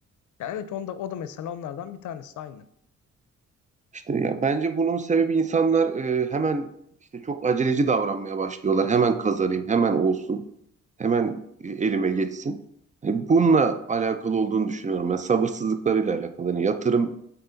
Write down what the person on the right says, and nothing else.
İşte ya bence bunun sebebi insanlar e, hemen işte çok aceleci davranmaya başlıyorlar. Hemen kazanayım, hemen olsun, hemen e, elime geçsin. E, bununla alakalı olduğunu düşünüyorum ben. Sabırsızlıklarıyla alakalı. Hani yatırım